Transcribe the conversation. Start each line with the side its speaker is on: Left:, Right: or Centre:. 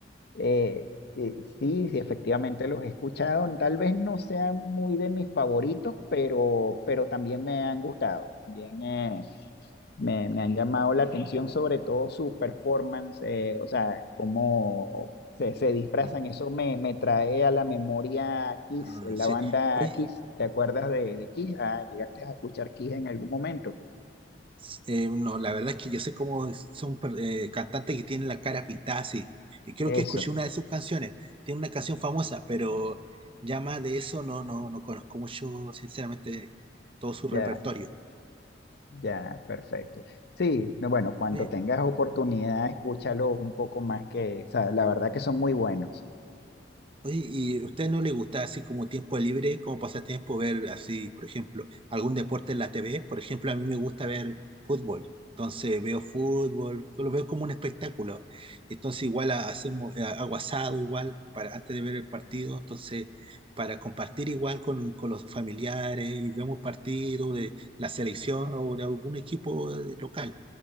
Left: Eh, eh, sí, sí, efectivamente los he escuchado. Tal vez no sean muy de mis favoritos, pero, pero también me han gustado. Bien, eh, me, me han llamado la atención sobre todo su performance, eh, o sea, cómo se, se disfrazan.
Right: mm,
Left: Eso me, me trae a la memoria Kiss,
Right: ah,
Left: eh, la
Right: sí.
Left: banda
Right: Oye,
Left: Kiss. ¿Te acuerdas de, de Kiss? Ah, llegaste a escuchar Kiss en algún momento.
Right: s- eh, no, la verdad es que yo sé cómo es- son per- eh, cantantes que tienen la cara pintada así. Y creo
Left: Eso,
Right: que escuché una de sus canciones. Tiene una canción famosa, pero ya más de eso no, no, no conozco mucho, sinceramente, todo su repertorio.
Left: ya, ya, perfecto. Sí, no, bueno, cuando
Right: Oye,
Left: tengas oportunidad, escúchalo un poco más que, o sea, la verdad que son muy buenos.
Right: Oye, ¿y a usted no le gusta así como tiempo libre, como pasatiempo, ver así, por ejemplo, algún deporte en la TV? Por ejemplo, a mí me gusta ver fútbol. Entonces veo fútbol, lo veo como un espectáculo. Entonces igual a- hacemos eh, hago asado igual para antes de ver el partido, entonces para compartir igual con, con los familiares y vemos partidos de la selección o de algún equipo eh, local.